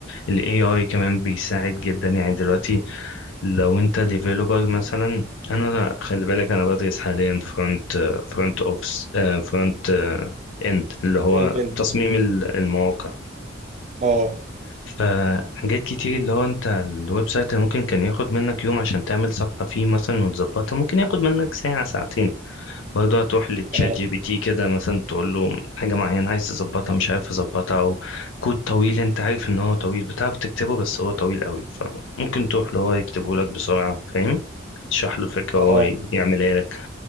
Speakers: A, on the left (about 75°); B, on the right (about 35°).
A: الاي اي كمان بيساعد جدا يعني دلوقتي لو انت ديفيلوبر مثلا انا خلي بالك انا بدرس حاليا فرونت فرونت اوفس فرونت اند اللي هو
B: فرونت اند
A: تصميم ال- المواقع
B: اه
A: فحاجات كتير اللي هو انت الويب سايت اللي ممكن كان ياخد منك يوم عشان تعمل صفحة فيه مثلا وتظبطها ممكن ياخد منك ساعة ساعتين برضه هتروح لتشات
B: فعلا.
A: جي بي تي كده مثلا تقول له حاجة معينة عايز تظبطها مش عارف تظبطها أو كود طويل أنت عارف إن هو طويل بتعرف تكتبه بس هو طويل قوي فممكن تروح له هو يكتبه لك بسرعة فاهم تشرح له الفكرة
B: اه
A: وهو ي- يعملها لك